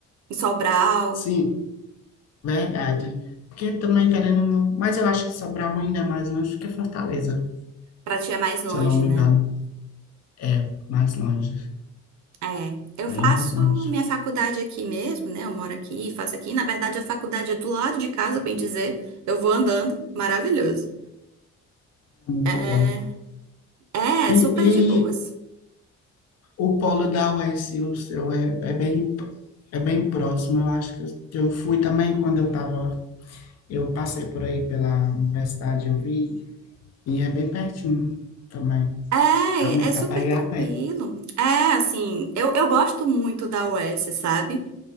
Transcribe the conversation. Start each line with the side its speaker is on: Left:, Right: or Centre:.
Right: Em Sobral,
Left: Sim, verdade, porque também querendo, não, mas eu acho que Sobral ainda é mais longe do que Fortaleza,
Right: para ti é mais longe,
Left: se eu não me
Right: né?
Left: engano, é mais longe,
Right: É, eu
Left: bem
Right: faço
Left: mais longe,
Right: minha faculdade aqui mesmo, né? Eu moro aqui, faço aqui. Na verdade, a faculdade é do lado de casa, bem dizer. Eu vou andando, maravilhoso.
Left: muito
Right: É,
Left: bom.
Right: É,
Left: e
Right: super de boas.
Left: O polo da UES e o seu é, é bem, é bem próximo. Eu acho que eu, eu fui também quando eu tava, eu passei por aí pela universidade, eu vi, e é bem pertinho também.
Right: É,
Left: Realmente
Right: é super
Left: dá pra ir
Right: tranquilo.
Left: a pé.
Right: É, assim, eu, eu gosto muito da UES, sabe?